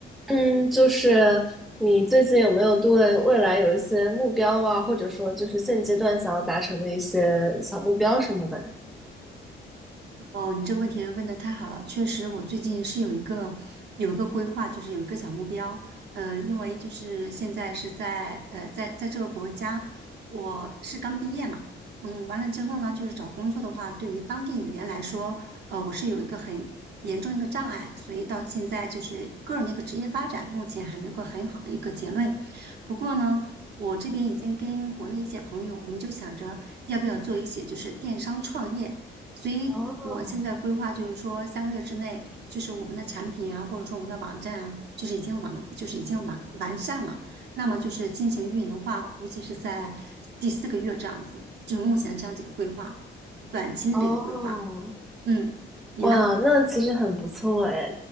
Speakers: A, in the centre; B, on the right.
A: 嗯，就是你最近有没有对未来有一些目标啊，或者说就是现阶段想要达成的一些小目标什么的呀？
B: 哦，你这个问题问的太好了，确实，我最近是有一个有一个规划，就是有一个小目标。呃，因为就是现在是在呃在在这个国家，我是刚毕业嘛，嗯，完了之后呢，就是找工作的话，对于当地语言来说，呃，我是有一个很严重一个障碍，所以到现在就是个人的一个职业发展，目前还没有个很好的一个结论。不过呢，我这边已经跟国内一些朋友，我们就想着要不要做一些就是电商创业。所以我现在规划就是说，
A: 哦
B: 三个月之内，就是我们的产品啊，或者说我们的网站啊，就是已经完，就是已经完完善了。那么就是进行运营的话，估计是在第四个月这样子，就是目前这样子一个规划，短期内的一个规划。
A: 哦，
B: 嗯，你呢？
A: 哇，那其实很不错哎。